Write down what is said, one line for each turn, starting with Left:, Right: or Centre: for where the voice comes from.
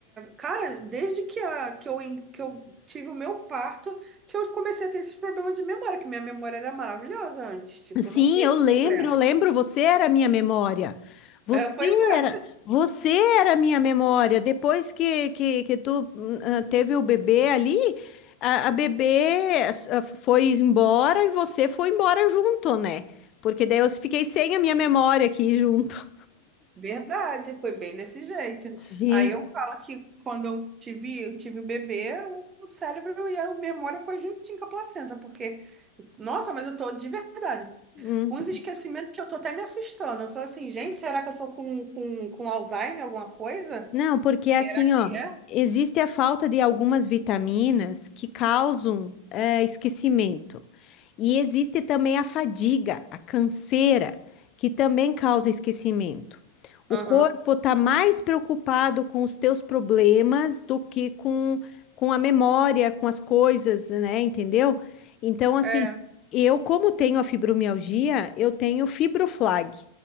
Right: cara, desde que, a, que, eu, en- que eu tive o meu parto, que eu comecei a ter esses problemas de memória, que minha memória era maravilhosa antes, tipo,
Left: Sim,
Right: eu não tinha
Left: eu
Right: esse
Left: lembro,
Right: problema.
Left: eu lembro,
Right: <laughs>
Left: você era a minha memória. Você
Right: É, pois é.
Left: era, você era a minha memória. Depois que, que, que tu hum, ah, teve o bebê ali, a, a bebê ah, foi embora e você foi embora junto, né? Porque daí eu fiquei sem a minha memória aqui junto.
Right: Verdade, foi bem desse jeito.
Left: Gente.
Right: Aí eu falo que quando eu tive, eu tive o bebê, o, o cérebro e a memória foi juntinho com a placenta, porque, nossa, mas eu tô de verdade,
Left: hum.
Right: com os esquecimentos que eu tô até me assustando. Eu falo assim, gente, será que eu tô com, com, com Alzheimer, alguma coisa?
Left: Não, porque assim,
Right: Será que
Left: ó,
Right: é?
Left: existe a falta de algumas vitaminas que causam eh, esquecimento. E existe também a fadiga, a canseira, que também causa esquecimento. O
Right: Aham.
Left: corpo está mais preocupado com os teus problemas do que com, com a memória, com as coisas, né? Entendeu? Então, assim,
Right: É.
Left: eu, como tenho a fibromialgia, eu tenho fibroflag.